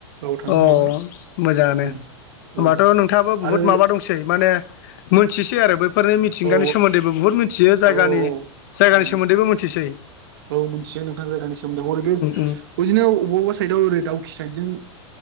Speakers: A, on the right; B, on the left.
A: औ थांखांखाबाय
B: अ मोजाङानो
A: उम
B: ओमबाथ'
A: औ
B: नोंथाङाबो बुहुत
A: आरो
B: माबा दंसै माने मोनथिसै आरो बै फोरो मिथिंगानि
A: औ
B: सोमोन्दैबो बुहुत मिथियो जायगानि
A: औ
B: जायगानि
A: औ औ
B: सोमोन्दैबो मिथिसै
A: औ मोनसे नोंथां जायगानि सोमोन्दै हरै बे
B: उम
A: इदिनो अबेबा साइडआव ओरै दाउखि साइद जजों